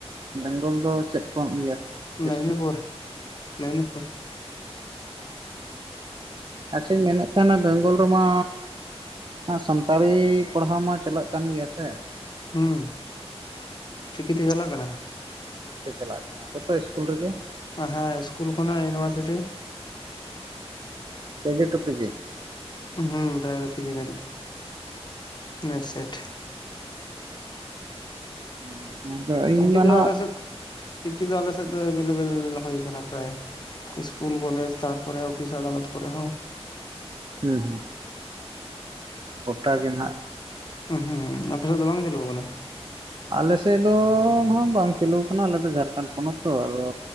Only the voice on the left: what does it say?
ᱢᱮᱫᱽᱱᱤᱯᱩᱨ
ᱢᱮᱫᱽᱱᱤᱯᱩᱨ
ᱦᱩᱸ ᱪᱤᱠᱤᱛᱮ ᱪᱟᱞᱟᱜ ᱠᱟᱱᱟ᱾
ᱦᱮᱸ ᱤᱥᱠᱩᱞ ᱠᱷᱚᱱᱟᱜ ᱤᱭᱩᱱᱤᱵᱷᱟᱨᱥᱤᱴᱤ᱾
ᱦᱩᱸ ᱯᱮᱡᱤ ᱫᱟᱨᱤᱪ ᱱᱮᱴ ᱥᱮᱴ
ᱪᱤᱠᱤ ᱫᱚ
ᱟᱞᱮ ᱥᱮᱫ ᱫᱚ ᱪᱤᱠᱤ ᱫᱚ ᱟᱞᱮ ᱥᱮᱫ ᱫᱚ ᱮᱵᱮᱞᱮᱵᱮᱞ ᱦᱩᱭ ᱟᱠᱟᱱᱟ ᱯᱨᱟᱭ᱾ ᱤᱥᱠᱩᱞ ᱠᱚᱞᱡᱽ ᱛᱟᱨᱯᱮ ᱚᱯᱷᱤᱥ ᱟᱫᱟᱞᱚᱛ ᱠᱚᱨᱮ ᱦᱚᱸ
ᱦᱩᱸ ᱦᱩᱸ ᱟᱯᱮ ᱥᱮᱫ ᱫᱚ ᱵᱟᱝ ᱪᱟᱹᱞᱩ ᱠᱟᱱᱟ᱾